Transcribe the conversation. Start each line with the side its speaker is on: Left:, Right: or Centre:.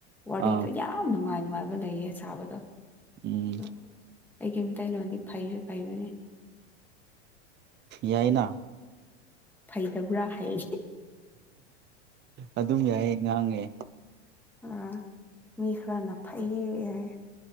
Centre: ꯋꯥꯔꯤꯗꯣ
Right: ꯑꯥ
Centre: ꯌꯥꯝ ꯅꯨꯡꯉꯥꯏꯅꯤ ꯅꯨꯡꯉꯥꯏꯕ ꯂꯩꯌꯦ ꯁꯥꯕꯗꯣ
Right: ꯎꯝ
Centre: ꯑ ꯑꯩꯒꯤ ꯃꯤꯇꯩꯂꯣꯟꯗꯤ ꯐꯩꯁꯨ ꯐꯩꯕꯅꯦ
Right: ꯌꯥꯏꯅ
Centre: ꯐꯩꯗꯕ꯭ꯔꯥ ꯍꯥꯏ
Right: ꯑꯗꯨꯝ ꯌꯥꯏ ꯉꯥꯡꯉꯦ
Centre: ꯑ ꯃꯤꯈ꯭ꯔꯅ ꯐꯩ ꯍꯥꯏ